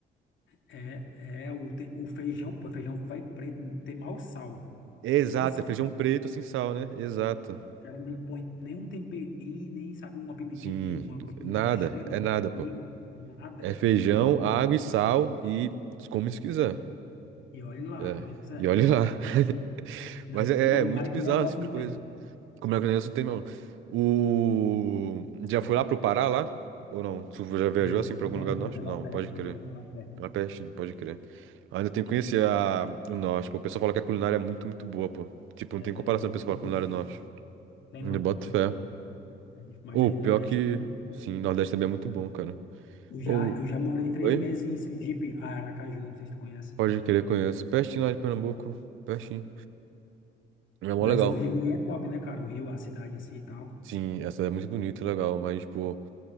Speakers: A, on the left; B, on the right.
A: É, é o, te- o feijão, pô, o feijão vai preto, não tem mau sal,
B: Exato,
A: tem mau sal.
B: é feijão preto sem sal, né? Exato.
A: O cara não põe nenhum temperinho, nem sabe uma pimentinha
B: Sim,
A: de uma, uma pimentinha
B: nada,
A: de cheiro,
B: é
A: um
B: nada,
A: cominho,
B: pô.
A: nada,
B: É
A: cara,
B: feijão,
A: nada. nada.
B: água e sal e come se quiser.
A: E, e olha lá,
B: É,
A: pois é.
B: e olhe lá. <laughs>
A: Não,
B: Mas é,
A: culinária
B: é é muito
A: que
B: bizarro
A: nem o nosso
B: esse tipo
A: não
B: de
A: tem.
B: coisa. Como é que o negócio não tem, não? O... Já foi lá pro Pará, lá? Ou não? Tu já viajou
A: Não,
B: assim
A: assim
B: pra algum
A: não,
B: lugar
A: mas
B: do norte?
A: é lá
B: Não,
A: perto,
B: pode crer.
A: aham, é lá perto,
B: Lá pertinho, pode crer. Ainda tem
A: pertinho,
B: que conhecer a... o norte, pô. O pessoal fala que a culinária é muito, muito boa, pô. Tipo, não tem
A: é
B: comparação
A: muito
B: com o pessoal
A: bom.
B: que fala culinária do norte.
A: Tem
B: Eu
A: não,
B: boto
A: pô, tem,
B: fé.
A: é dif- mas
B: Ou
A: aí no
B: pior
A: Nordeste
B: que.
A: é muito bom.
B: Sim, Nordeste também é muito bom, cara.
A: Eu já,
B: Ou.
A: eu já morei três
B: Oi?
A: meses em Sergipe, Aracaju, não sei se tu conhece.
B: Pode querer conheço. Pertinho lá de Pernambuco. Pertinho. É mó
A: Mas
B: legal.
A: o Rio aí é top, né, cara? O Rio, a cidade em si e tal.
B: Sim, essa é muito bonita, legal. Mas, pô,